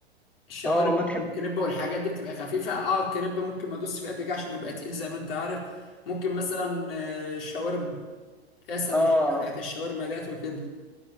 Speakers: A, on the left; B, in the centre.
A: الشاورما
B: اه والله تحب
A: والكريب والحاجات دي بتبقى خفيفه اه الكريب ممكن ما ادوس فيه قد كده عشان بيبقى تقيل زي ما انت عارف ممكن مثلا آه، الشاورما اللي هي السندوتشات
B: اه
A: بتاعت الشاورما ديت وكده